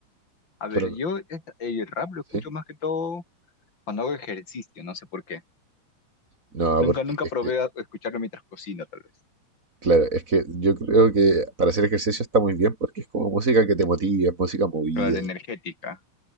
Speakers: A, on the left; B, on the right.
A: A ver,
B: pero
A: yo esta- el rap lo escucho
B: sí.
A: más que todo cuando hago ejercicio, no sé por qué.
B: No,
A: Nunca,
B: porque
A: nunca
B: es
A: probé
B: que,
A: a escucharlo mientras cocino, tal vez.
B: claro, es que yo creo que para hacer ejercicio está muy bien porque es como música que te motiva, es música movida,
A: Claro, energética.